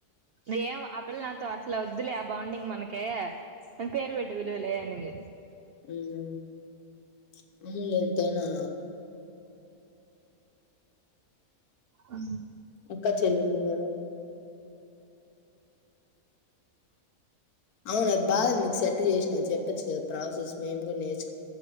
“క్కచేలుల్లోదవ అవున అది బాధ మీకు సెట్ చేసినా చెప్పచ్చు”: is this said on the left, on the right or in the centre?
Left